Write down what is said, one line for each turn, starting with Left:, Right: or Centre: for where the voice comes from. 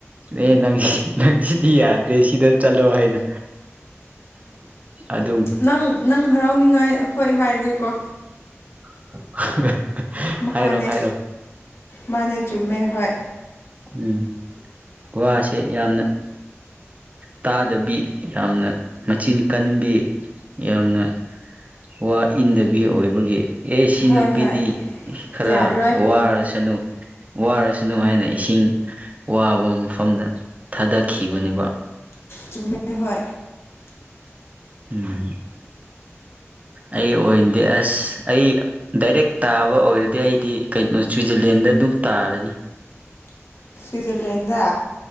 Right: ꯑꯦ ꯅꯪ ꯅꯪ ꯁꯤꯗꯤ ꯌꯥꯗ꯭ꯔꯦ ꯁꯤꯗ ꯆꯠꯂꯣ ꯍꯥꯏꯅ ꯑꯗꯨꯝ
Left: ꯅꯪ ꯅꯪ ꯍꯔꯥꯎꯅꯤꯉꯥꯏ ꯍꯣꯏ ꯍꯥꯏꯔꯒꯦꯀꯣ
Right: <unintelligible> ꯍꯥꯏꯔꯣ
Left: ꯃꯥꯅꯦ
Right: ꯍꯥꯏꯔꯣ
Left: ꯃꯥꯅꯦ ꯆꯨꯝꯃꯦ ꯍꯣꯏ
Right: ꯎꯝ ꯋꯥꯁꯦ ꯌꯥꯝꯅ ꯇꯥꯗꯕꯤ ꯌꯥꯝꯅ ꯃꯆꯤꯟ ꯀꯟꯕꯤ ꯌꯥꯝꯅ ꯋꯥ ꯏꯟꯗꯕꯤ ꯑꯣꯏꯕꯒꯤ ꯑꯩꯁꯤ
Left: ꯍꯣꯏ
Right: ꯅꯨꯄꯤꯗꯤ
Left: ꯍꯣꯏ
Right: ꯈꯔ
Left: ꯌꯥꯔꯣꯏ
Right: ꯋꯥꯔꯁꯅꯨ ꯋꯥꯔꯁꯨ ꯅꯨꯡ ꯍꯥꯏꯥꯏꯅ ꯏꯁꯤꯡ ꯋꯥꯕ ꯃꯐꯝꯗ ꯊꯥꯗꯈꯤꯕꯅꯦꯕ
Left: ꯆꯨꯝ ꯍ
Right: ꯎꯝ ꯑꯩ ꯑꯣꯏꯅꯗꯤꯦ ꯑꯁ ꯑꯩ ꯗꯥꯏꯔꯦꯛ ꯇꯥꯕ ꯑꯣꯏꯔꯗꯤ ꯑꯩꯗꯤ ꯀꯩꯅꯣ ꯁ꯭ꯋꯤꯖꯔꯂꯦꯟꯗ ꯑꯗꯨꯝ ꯇꯥꯔꯅꯤ
Left: ꯁ꯭ꯋꯤꯠꯖꯔꯂꯦꯟꯗ